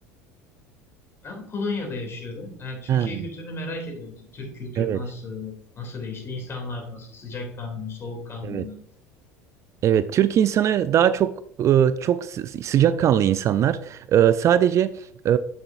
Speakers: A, on the left (about 35°); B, on the right (about 40°).
A: Ben Polonya'da yaşıyorum. Yani Türkiye
B: Ha,
A: kültürünü merak ediyorum. İşte Türk kültürü
B: evet,
A: nasıl? Nasıl değişti? İnsanlar nasıl? Sıcakkanlı mı? Soğukkanlı
B: evet.
A: mı?
B: Evet, Türk insanı daha çok e, çok sı- sı- sıcakkanlı insanlar. E, Sadece e,